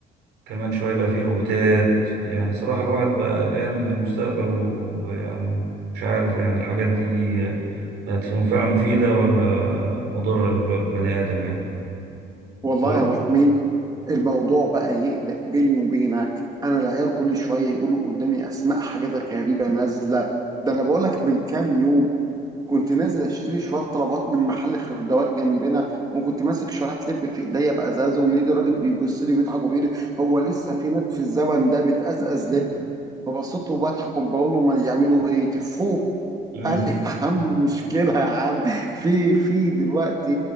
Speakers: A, on the right; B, on the right.
A: كمان شوية يبقى فيه روبوتات يعني صراحة الواحد بقى قلقان من المستقبل و- ويعني مش عارف يعني الحاجات دي هتكون فعلا مفيدة ولا مضرة للبني آدم يعني
B: والله
A: طر...
B: يا ابو حميد الموضوع بقى يقلق بيني وبينك انا العيال كل شويه يقولوا قدامي اسماء حاجات غريبه نازله ده انا بقول لك من كام يوم كنت نازل اشتري شويه طلبات من محل خردوات جنبنا وكنت ماسك شويه لب في ايديا بازازه ومن ايد الراجل بيبص لي ويضحك وبيقول لي هو لسه في ناس في الزمن ده بتأزأز لب فبصيت له بضحك وبقول له ما يعملوا ايه تفوه
A: مم.
B: قال لي يا عم مشكلة يا عم في في دلوقتي